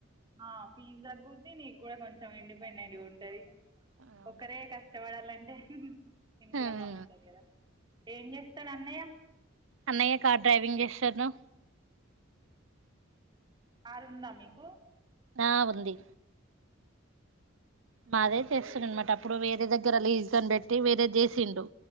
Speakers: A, on the right; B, on the right.
A: ఆ ఫీజ్ తగ్గుద్ది నీకు కూడా కొంచెం ఇండిపెండెంట్ ఉంటది
B: అవును
A: ఒకరే కష్టపడాలంటే ఇంట్లో
B: అవును
A: బాగుండది కదా ఏం చేస్తాడు అన్నయ్య
B: అన్నయ్య కార్ డ్రైవింగ్ చేస్తాడు రా
A: కారు ఉందా మీకు
B: ఆ ఉంది మాదే చేస్తునడు అనమాట అప్పుడు వేరే దగ్గర లీజ్గాని పెట్టి వేరే చేసిండు